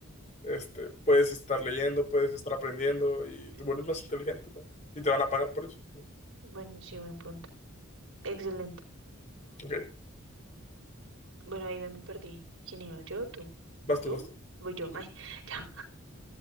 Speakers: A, on the left; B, on the right.
A: este, puedes estar leyendo, puedes estar aprendiendo y
B: Ujú.
A: te vuelves más inteligente también. Y te van a pagar por eso. Entonces,
B: Bueno, sí, buen punto. Excelente.
A: ok,
B: Bueno, ahí me perdí. ¿Quién iba? ¿Yo? ¿Tú?
A: vas tú,
B: ¿Tú?
A: vas tú.
B: Voy yo.
A: Sí.
B: Ay, <laughs> ya.